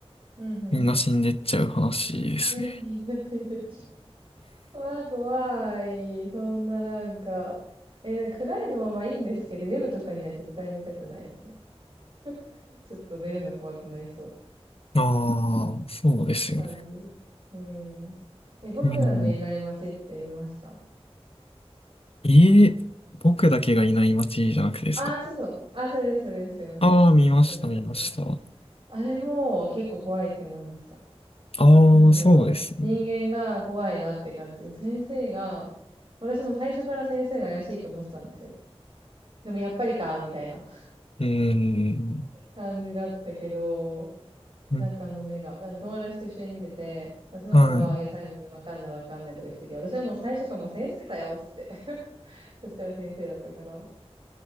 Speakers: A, on the right (about 50°); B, on the left (about 65°).
A: うんうん。
B: みんな死んでっちゃう話ですね。
A: 南の真珠ちゃん。<laughs> わあ、怖い。そんななんか。え、なんか暗いのままいいんですけど、夜とかには絶対見たくないですね。<laughs> ちょっと出るの怖くなりそう。
B: ああ、そうですよね。
A: <laughs> 感じ。うん。え、僕らのいない街って見ました
B: うん。ええ、僕だけがいない街じゃなくてですか。
A: ああー、そうそう。あー、それです、それです。すいません。
B: ああ、
A: ちゃんと覚えてない。
B: 見ました、見ました。
A: あれも結構怖いって思いました。
B: ああ、
A: なんだろう。
B: そうですね。
A: 人間が怖いなって感じ。先生が、私も最初から先生が怪しいと思ってたんですよ。でもやっぱりか、みたいな
B: うーん。
A: <laughs> 感じだったけど、
B: うん
A: なんかあの目が、なんか友達と一緒に見てて、その子は、
B: はい。
A: いや、最後までわかんないわかんないとかしてたけど、私はもう最初からもう先生だよ、つって。<laughs> そしたら先生だったから。